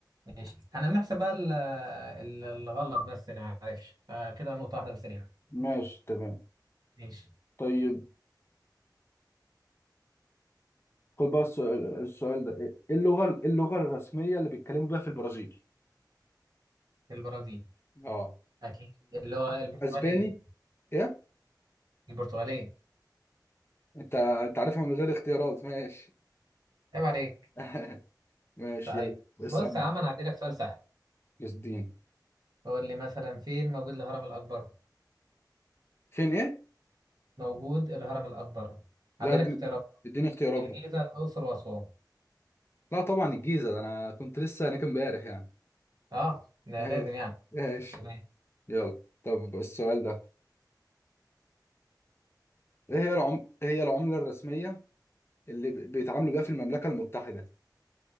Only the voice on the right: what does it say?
ماشي احنا بنحسب بقى ال- ال- الغلط بس اللي ما عرفش فكده نقطة واحدة بس ليها
ماشي
البرازيل
اكيد اللي هو البرتغالية
البرتغالية
عيب عليك
طيب
بص يا عم انا هدي لك سؤال سهل
قول لي مثلا فين موجود الهرم الاكبر
موجود الهرم الأكبر
عندك
اختيارات
الجيزة
الأقصر وأسوان
اه ده
لازم يعني
تمام